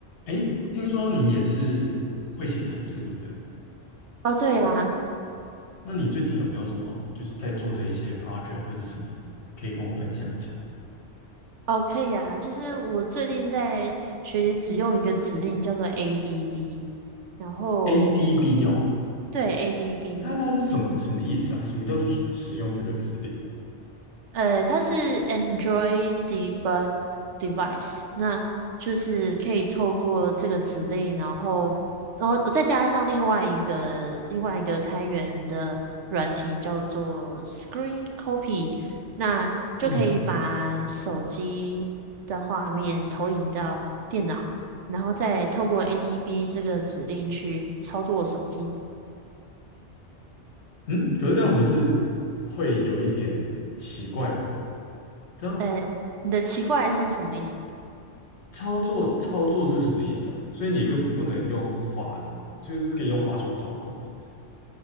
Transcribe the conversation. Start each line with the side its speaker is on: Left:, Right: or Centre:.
Left: 诶，听说你也是会写程式，对不对？
Right: 哦，对呀，
Left: 那你最近有没有什么就是在做的一些 project 或是什么可以跟我分享一下
Right: 哦，可以呀，就是我最近在学习使用一个指令叫做 ADB，然后
Left: ？ADB 哦，
Right: 对 ADB，
Left: 它它是什么什么意思啊？什么叫做使用这个指令？
Right: 呃，它是 Android debug device，那就是可以透过这个指令，然后，然后再加上另外一个另外一个开源的软体叫做 Screen Copy，那就可以把手机的画面投影到电脑，
Left: 嗯
Right: 然后再透过 ADB 这个指令去操作手机。
Left: 嗯，可是这样不是会有一点奇怪吗？这样
Right: 呃，你的奇怪是什么意思？
Left: 操作操作是什么意思啊？所以你就不能用滑的吗？就是可以用滑鼠操控，是不是？